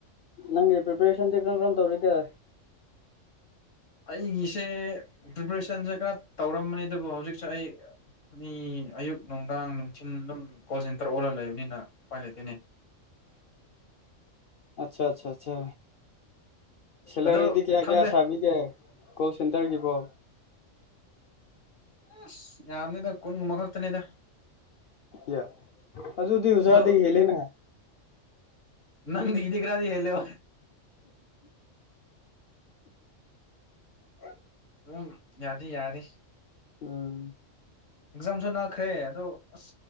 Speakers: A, on the left (about 55°); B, on the left (about 70°).
A: ꯅꯪꯒꯤ ꯄꯤꯄꯔꯦꯁꯟ ꯇ ꯀ ꯀꯝ ꯇꯧꯔꯤꯀꯦ
B: ꯑꯩꯒꯤꯁꯦ ꯄ꯭ꯔꯤꯄꯦꯔꯦꯁꯟꯁꯦ ꯈꯔ ꯇꯧꯔꯝꯕꯅꯤ ꯑꯗꯨꯕꯨ ꯍꯧꯖꯤꯛꯁꯦ ꯑꯩ ꯃꯤ ꯑꯌꯨꯛ ꯅꯨꯡꯗꯥꯡ ꯅꯨꯡꯊꯤꯤꯟ ꯑꯗꯨꯝ ꯀꯣꯜ ꯁꯦꯟꯇꯔ ꯑꯣꯜꯂ ꯂꯩꯕꯅꯤꯅ ꯎꯄꯥꯏ ꯂꯩꯇꯦꯅꯦ
A: ꯑꯆꯥ ꯑꯆꯥꯆꯥ ꯑꯆꯥ ꯁꯦꯂꯔꯤꯗꯤ
B: ꯑꯗꯣ
A: ꯀꯌꯥ
B: ꯈꯪꯗꯦ
A: ꯀꯌꯥ ꯁꯥꯕꯤꯒꯦ ꯀꯣꯜ ꯁꯦꯟꯇꯔꯒꯤꯕꯣ
B: ꯑꯁ ꯌꯥꯝꯅꯤꯗ ꯀꯨꯟꯒꯨꯝꯕ ꯈꯛꯇꯅꯤꯗ
A: ꯌꯥ ꯑꯖꯤꯕꯨꯗꯤꯁꯗꯤ
B: ꯑꯗꯣ
A: ꯍꯦꯂ ꯅ
B: ꯅꯪꯤꯗꯤ ꯀ꯭ꯔꯥꯗꯤ ꯍꯂꯣ
A: ꯑ
B: ꯎꯝ ꯌꯥꯗꯤ ꯌꯥꯔꯦ
A: ꯎꯝ
B: ꯑꯦꯛꯖꯥꯝꯁꯨ ꯅꯥꯈ꯭ꯔꯦ ꯑꯗꯣ ꯑꯁ